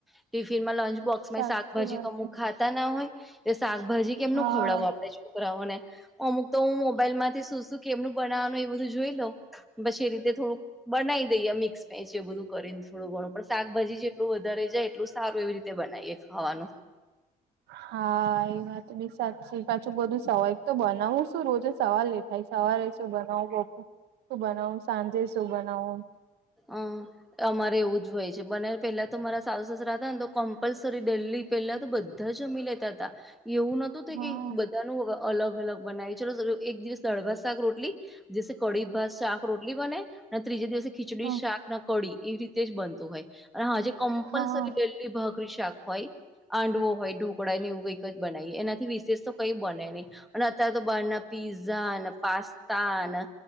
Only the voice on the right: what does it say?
સાચી
વાત
હા
હા એ વાત બી સાચી, પાછું બધું સવાલ, એક તો બનાવું શું રોજે સવાલ એ ભઈ સવારે શું બનાવું, બપો શું બનાવું, સાંજે શું બનાવું.
હા
હા
હા